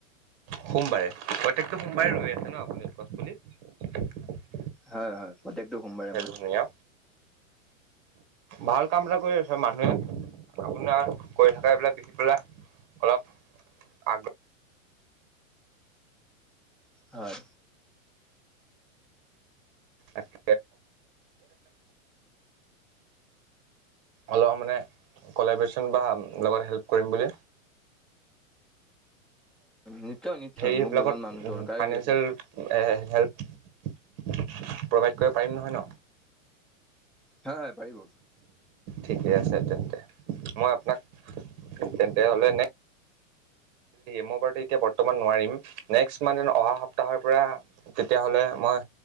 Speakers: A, on the right; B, in the centre.
A: সোমবাৰে প্ৰত্যয়েকটো সোমবাৰে ৰুই আছে ন আপুনি গছ পুলি?
B: হয়-হয় প্ৰত্যেকটো সোমবাৰে মই
A: ধুনীয়া ভাল কাম এটা কৰি আছে মানুহে আপোনাৰ কৰি থকাই এইবিলাক দেখি পেলাই অলপ আগ্ৰহ
B: হয়।
A: <unintelligible> অলপ মানে কলেব্ৰেচন বা লগত হেল্প কৰিম বুলি
B: নিশ্চয় নিশ্চয়
A: হেৰিবিলাকত
B: মোক এজন মানুহ দৰকাৰী
A: ফাইনেন্সিয়েল
B: হৈ আছিল
A: এ হেল্প প্ৰভাইড কৰিব পাৰিম নহয় ন?
B: হয় হয় পাৰিব
A: ঠিকে আছে তেন্তে মই আপোনাক তেন্তে হ'লে নে মই বাৰু এতিয়া বৰ্তমান নোৱাৰিম নেক্সট মাহত অহা সপ্তাহৰ পৰা তেতিয়াহ'লে মই